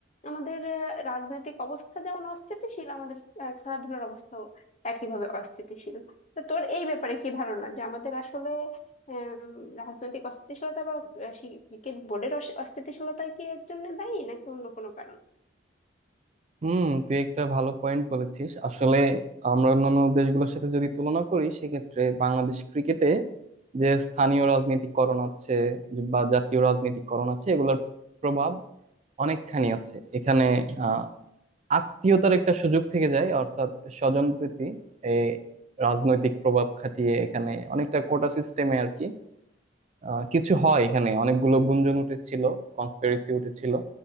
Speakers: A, on the left (about 35°); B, on the right (about 35°).
A: আমাদের আহ, রাজনৈতিক অবস্থা যেমন অস্থিতিশীল আমাদের আহ, খেলাধুলার অবস্থাও একইভাবে অস্থিতিশীল তো তোর এই ব্যাপারে কি ধারণা যে আমাদের আসলে আম, রাজনৈতিক অস্থিতিশীলতা বা আহ, শি- ক্রিকেট বোর্ডের অস- অস্থিতিশীলতা কি এর জন্য দায়ী নাকি অন্য কোনো কারণ
B: হুম তুই একটা ভালো পয়েন্ট বলেছিস আসলে আমরা অন্যান্য দেশগুলোর সাথে যদি তুলনা করি সেক্ষেত্রে বাংলাদেশ ক্রিকেটে যে স্থানীয় রাজনীতিকরণ আছে বা জাতীয় রাজনীতিকরণ আছে এগুলোর প্রভাব অনেকখানি আছে এখানে আহ আত্মীয়তার একটা সুযোগ থেকে যায় অর্থাৎ স্বজন প্রীতি এই রাজনৈতিক প্রভাব খাটিয়ে এখানে অনেকটা কোটা সিস্টেমে আর কি আহ, কিছু হয় এখানে অনেকগুলো গুঞ্জন উঠেছিল কনস্পিরেসি উঠেছিল